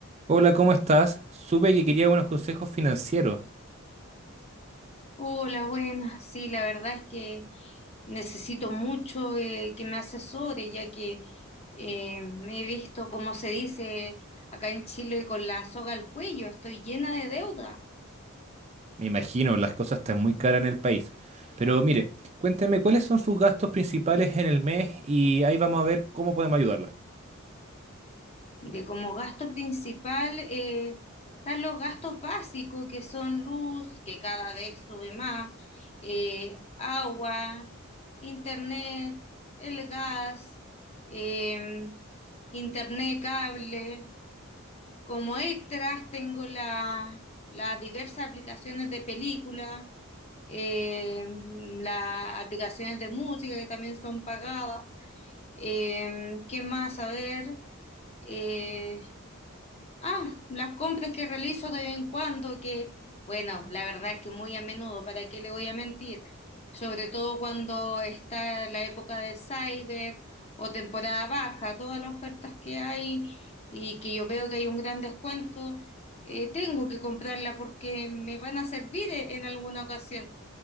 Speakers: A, on the right; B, on the left.
A: Hola, ¿cómo estás? Supe que quería unos consejos financieros.
B: Hola, buenas. Sí, la verdad es que necesito mucho eh, que me asesore, ya que eh, me he visto, como se dice acá en Chile, con la soga al cuello. Estoy llena de deuda.
A: Me imagino, las cosas están muy caras en el país. Pero mire, cuénteme cuáles son sus gastos principales en el mes y ahí vamos a ver cómo podemos ayudarla.
B: de como gasto principal eh, están los gastos básicos, que son luz, que cada vez sube más, eh, agua, internet, el gas, eh, internet, cable. Como extras tengo la- las diversas aplicaciones de película, eh, las aplicaciones de música que también son pagadas. Eh, ¿qué más? A ver, eh, Ah, las compras que realizo de vez en cuando, que bueno, la verdad es que muy a menudo, ¿para qué le voy a mentir? Sobre todo cuando está la época de Cyber o temporada baja, todas las ofertas que hay y que yo veo que hay un gran descuento, eh, tengo que comprarla porque me van a servir eh, en alguna ocasión